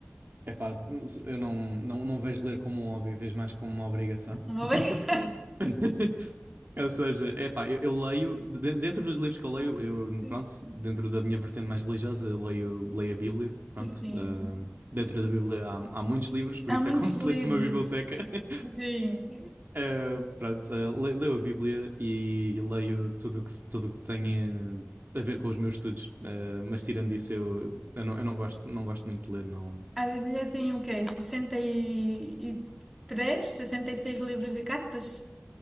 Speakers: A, on the right; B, in the centre.
A: Epá, eu não, não, não vejo ler como um hobby, vejo mais como uma obrigação.
B: Uma
A: <laughs>
B: vez?
A: Ou seja, epá, eu, eu leio, de- dentro dos livros que eu leio, eu,
B: <laughs>
A: pronto, dentro da minha vertente mais religiosa, eu leio, leio a Bíblia, pronto.
B: Sim.
A: ah, dentro da Bíblia há, há muitos livros, por
B: Há
A: isso
B: muitos
A: é como <laughs> se
B: livros.
A: lesse uma biblioteca. <laughs>
B: Sim.
A: Ah, pronto, ah, le- leio a Bíblia e leio tudo o que, se- tudo o que tem eh, a ver com os meus estudos. Ah, mas tirando isso, eu, eu não, eu não gosto, não gosto muito de ler, não.
B: A Bíblia tem o quê? 63, 66 livros e cartas?